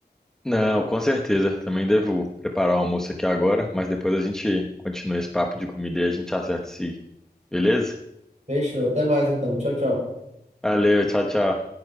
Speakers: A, in the centre; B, on the right.
A: Não, com certeza. Também devo preparar o almoço aqui agora, mas depois a gente continua esse papo de comida e a gente acerta se, beleza?
B: Fechou, até mais então. Tchau, tchau.
A: Valeu, tchau, tchau.